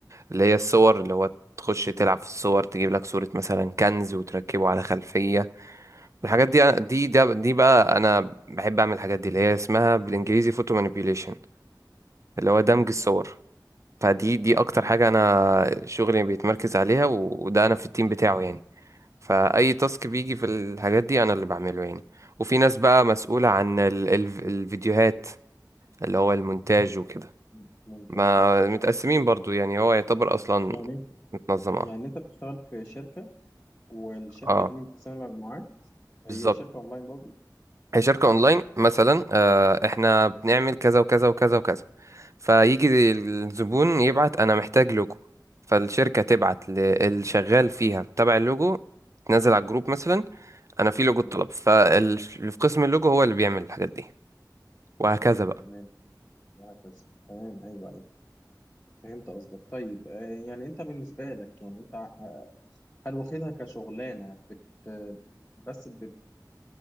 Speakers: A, on the right (about 45°); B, on the left (about 25°).
A: اللي هي الصور اللي هو تخش تلعب في الصور تجيب لك صورة مثلا كنز وتركبه على خلفية والحاجات دي
B: تمام
A: أنا- دي ده- دي بقى أنا بحب أعمل الحاجات دي اللي هي اسمها بالإنجليزي فوتو manipulation اللي هو دمج
B: مهم.
A: الصور فدي دي اكتر
B: تمام
A: حاجة انا شغلي بيتمركز عليها و- وده انا في التيم بتاعه يعني فاي تاسك بيجي في الحاجات دي انا اللي بعمله يعني وفي ناس بقى مسؤولة عن ال ال الفيديوهات اللي هو المونتاج وكده
B: مم. ممتاز
A: ما
B: اه
A: متقسمين
B: اه
A: برضو يعني هو يعتبر اصلا
B: يعني
A: متنظم اه
B: يعني انت بتشتغل في شركة والشركة
A: اه
B: دي متقسمة لمجموعات هي
A: بالظبط
B: شركة اونلاين برضو
A: هي شركة اونلاين مثلا آه، احنا بنعمل كذا وكذا وكذا وكذا فيجي الزبون يبعت انا محتاج لوجو فالشركة تبعت للشغال فيها تبع اللوجو تنزل على الجروب مثلا انا في لوجو
B: تمام
A: الطلب فاللي في قسم اللوجو هو اللي بيعمل الحاجات دي وهكذا بقى
B: تمام وهكذا تمام ايوه ايوه فهمت قصدك طيب آه، يعني انت بالنسبه لك يعني انت ع- هل واخدها كشغلانه بت بس بتخر...